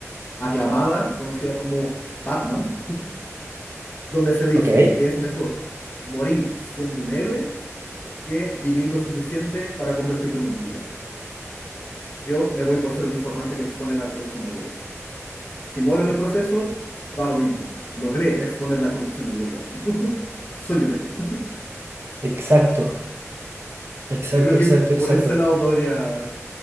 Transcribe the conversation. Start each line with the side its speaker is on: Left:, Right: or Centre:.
Left: aclamada, conocida como Batman, donde se dice
Right: Ok,
Left: que es mejor morir siendo un héroe que vivir lo suficiente para convertirte en un villano. Yo me voy por ser un informante que expone la corrupción del gobierno. Si muero en el proceso, da lo mismo. Logré exponer la corrupción del gobierno. <laughs> Soy un héroe.
Right: exacto, exacto,
Left: Yo creo
Right: exacto,
Left: que
Right: exacto.
Left: por ese lado podría,